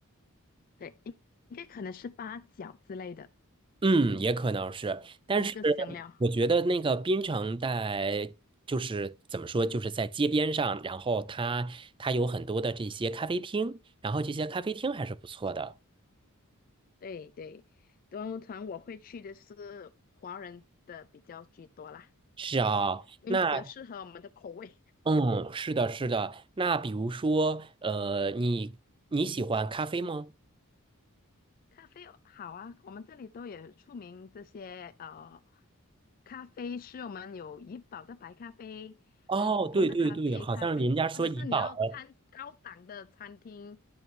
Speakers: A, on the left; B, on the right.
A: 对，应应该可能是八角之类的，
B: 嗯，也可能是，但是
A: 啊那个香料。
B: 我觉得那个槟城在就是怎么说，就是在街边上，然后它它有很多的这些咖啡厅，然后这些咖啡厅还是不错的。
A: 对对，端午团我会去的是华人的比较居多啦，
B: 是啊，
A: 因为比较适合我们的口味。
B: 那嗯，是的，是的。那比如说，呃，你你喜欢咖啡吗？
A: 咖啡哦好啊，我们这里都有出名这些呃咖啡是我们有怡宝的白咖啡，
B: 哦，
A: 还有普通的咖啡，
B: 对对对，好像人家说怡宝的
A: 咖啡或者是你要餐高档的餐厅，